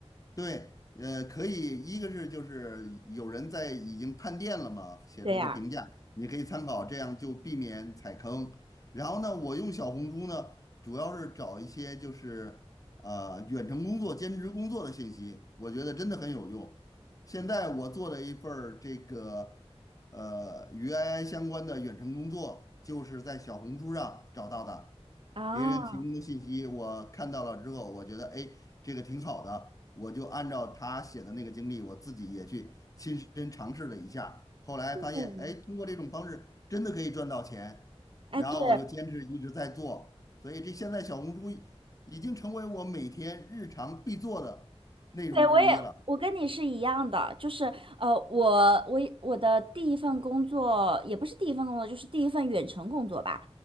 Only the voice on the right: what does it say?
对呀，
啊，
嗯，
哎，
对，
对，我也，我跟你是一样的，就是呃，我我我的第一份工作也不是第一份工作，就是第一份远程工作吧，